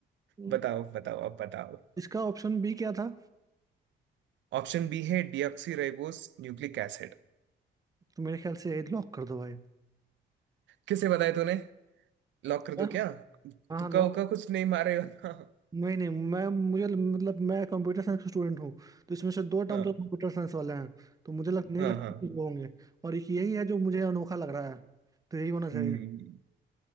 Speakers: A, on the right; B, on the right.
A: हम्म,
B: बताओ बताओ अब बताओ
A: इसका ऑप्शन बी क्या था
B: ऑप्शन बी है डीऑक्सीराइबोस न्यूक्लिक एसिड
A: तो मेरे ख्याल से लॉक कर दो भाई
B: किसे बताया तूने लॉक कर दूं
A: क्या
B: क्या
A: हाँ
B: तुक्का
A: लॉक
B: उक्का कुछ नहीं मारे हो ना
A: नहीं नहीं मैं मुझे मतलब मैं कंप्यूटर साइंस का स्टूडेंट हूँ तो इसमें से दो टर्म
B: हाँ
A: तो कंप्यूटर साइंस वाले हैं तो मुझे लग नहीं
B: हाँ
A: लगता
B: हाँ
A: कि वो होंगे और एक यही है जो मुझे अनोखा लग रहा है तो यही होना चाहिए
B: हम्म